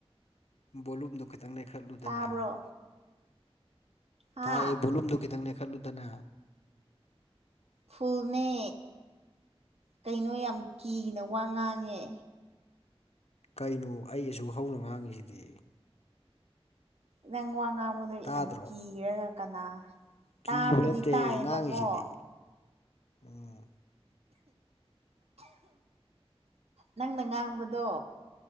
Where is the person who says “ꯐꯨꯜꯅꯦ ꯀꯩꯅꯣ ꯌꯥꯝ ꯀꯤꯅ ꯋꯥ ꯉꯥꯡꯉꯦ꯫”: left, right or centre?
Right